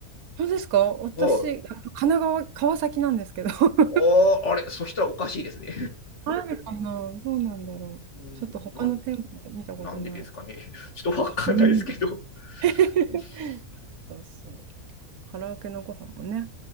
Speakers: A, on the right (about 80°); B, on the left (about 55°).
A: 本当ですか私、
B: あ
A: あ神奈川、川崎なんですけど。<laughs>
B: ああれ、そしたらおかしいですね。
A: あるかなどうなんだろう。
B: <laughs> うん、
A: ちょっと他の店舗見たことない。
B: なんなんでですかね。<laughs> ちょっとわかんないですけど。
A: うん。
B: <laughs>
A: <laughs> そうそう。カラオケのご飯もね、